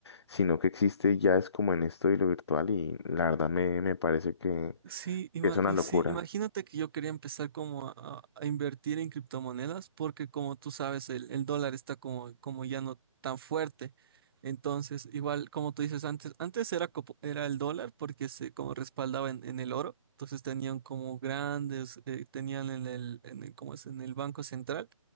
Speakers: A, on the left (about 50°); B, on the right (about 45°).
A: sino que existe ya es como en esto y lo virtual y la verdad me, me parece que
B: Sí, ima-
A: que es una
B: y
A: locura.
B: sí, imagínate que yo quería empezar como a, a- a invertir en criptomonedas porque como tú sabes, el, el dólar está como, como ya no tan fuerte. Entonces, igual como tú dices antes, antes era, copo- era el dólar porque se como respaldaba en, en el oro. Entonces tenían como grandes, eh, tenían en el, en el, ¿cómo es? En el Banco Central.